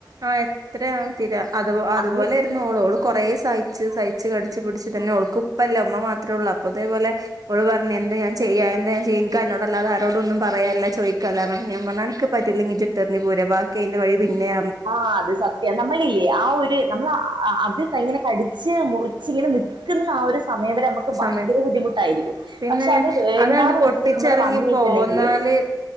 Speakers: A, on the right (about 50°); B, on the right (about 85°).
A: ആഹ എത്രയാ തതിരാ അത് അതുപോലൊയിരുന്നു
B: അങ്ങ
A: ഓളോളും കുറേ സഹിച്ച് സഹിച്ച് കടിച്ചച്ച് പിടിച്ച് തന്നെ അവൾക്ക് ഇപ്പല്ലേ ഉമ്മ മാത്രേ ഉള്ളൂ അപ്പൊ അതേപോലെ അവള് പറഞ്ഞ എന്റെ ഞാൻ്യുക എന്താഞാ എിക്ക അോട അാതെ ആരോടൊന്നും പറമല്ല ചദിക്കുകില്ല എന്ന ഞാ പറഞ്ഞാൽ പറ്റൂല്ലങ്ക ഇിട്ട എറി പോരാ ബി അതിന്റെ വഴി പിന്നെ
B: ആ അത് സത്യം നമ്മളില്ലേ ആ ഒരു നമ്മ അത് ഇങ്ങനെ കടിിച്ചച്ച് മുറിച്ച് ഇങ്ങനെ നൽക്കുന്ന ആ ഒരു സമയം വരെ നമുക്ക് ഭയങ്കര
A: സമയം
B: ബുദ്ധിമുട്ടായിരിക്കും
A: പിന്നെ
B: പക്ഷെ അത് വേണ്ടാന്ന്
A: അതങ്ങട്ട് പൊട്ടിച്ചെറങ്ങി
B: വെച്ചിട്ട് നമ്മള് വന്നിട്ടുണ്ടെങ്കിൽ
A: പോന്നാല്